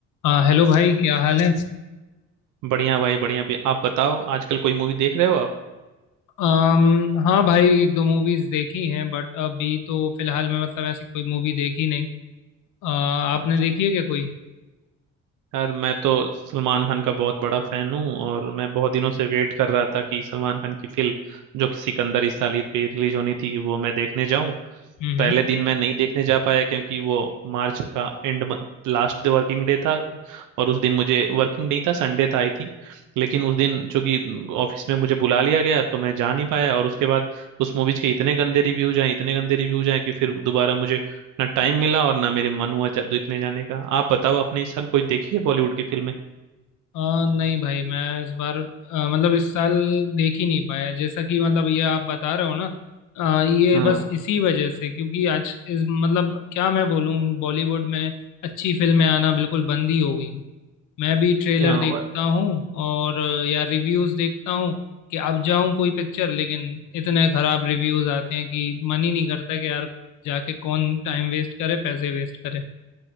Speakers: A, on the left; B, on the right.
A: आ, हेलो भाई क्या हाल है
B: बढ़िया भाई बढ़िया भी आप बताओ आजकल कोई मूवी देख रहे हो आप
A: अम, हाँ भाई एक दो मूवीज देखी हैं बट अभी तो फिलहाल मैं मतलब ऐसी कोई मूवी देखी नहीं आ, आपने
B: अच्छा
A: देखी है क्या कोई
B: यार मैं तो सलमान खान का बहुत बड़ा फैन हूँ और मैं बहुत दिनों से वेट कर रहा था कि सलमान खान की फिल्म जो कि सिकंदर इस साल ईद पे रिलीज होनी थी वो मैं देखने जाऊं
A: हम्म
B: पहले
A: हम्म।
B: दिन मैं नहीं देखने जा पाया क्योंकि वो मार्च का एंड लास्ट वर्किंग डे था और उस दिन मुझे वर्किंग नहीं था संडे था आई थिंक लेकिन उस दिन चूंकि ऑफिस में मुझे बुला लिया गया तो मैं जा नहीं पाया और उसके बाद उस मूवीज के इतने गंदे रिव्यूज आए इतने गंदे रिव्यूज आए कि फिर दोबारा मुझे ना टाइम मिला और ना मेरे मन हुआ जा, देखने जाने का आप बताओ आपने इस साल कोई देखी है बॉलीवुड की फिल्में
A: आ, नहीं भाई मैं इस बार आ, मतलब इस साल देख ही नहीं पाया जैसा कि मतलब ये आप बता रहे हो ना आ, ये
B: हाँ
A: बस इसी वजह से क्योंकि आज इस मतलब क्या मैं बोलूँ बॉलीवुड में अच्छी फिल्में आना बिल्कुल बंद ही हो गई मैं भी ट्रेलर
B: यहाँ
A: देखता हूँ और या रिव्यूज देखता हूँ कि अब जाऊं कोई पिक्चर लेकिन इतने खराब रिव्यूज आते हैं कि मन ही नहीं करता कि यार जाके कौन टाइम वेस्ट करे पैसे वेस्ट करे